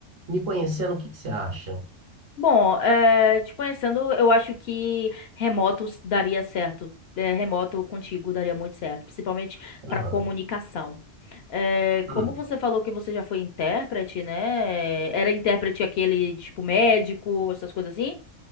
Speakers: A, on the right; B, on the left.
A: Me conhecendo, o que que você acha?
B: Bom, eh, te conhecendo, eu acho que remoto s- daria certo. Eh, remoto contigo daria muito certo, principalmente para
A: Aham.
B: comunicação. Eh,
A: Hum.
B: como você falou que você já foi intérprete, né? Era intérprete aquele tipo médico, essas coisas assim?